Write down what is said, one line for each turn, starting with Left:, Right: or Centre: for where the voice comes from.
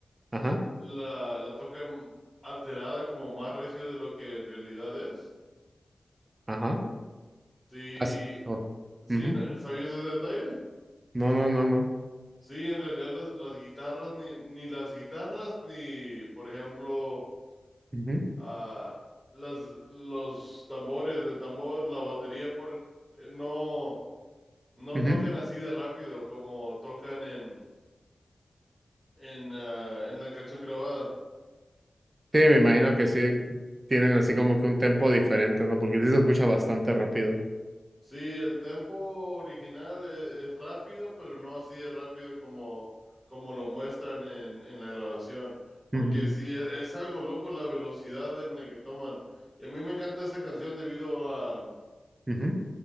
Right: Ajá,
Centre: la, la tocan alterada como más recio de lo que en realidad es.
Right: ajá.
Centre: Sí,
Right: As-
Centre: y-
Right: oh,
Centre: sí,
Right: ujú.
Centre: n- ¿sabías ese detalle?
Right: No, no, no, no.
Centre: Sí, en realidad las, las guitarras, ni, ni las guitarras, ni, por ejemplo,
Right: Ujú,
Centre: ah, las, los tambores, el tambor, la batería, por, eh, no, no
Right: ujú.
Centre: tocan así de rápido como tocan en, en, ah, en la canción grabada.
Right: Sí, me imagino que sí tienen así como que un tempo diferente, ¿no? Porque sí se escucha bastante rápido.
Centre: Sí, el tempo original e- es, rápido, pero no así de rápido como, como lo muestran en, en la grabación. Porque
Right: Ujú.
Centre: sí, es, es algo loco la velocidad en la que toman. Y a mí me encanta esa canción debido a, mm,
Right: Ujú.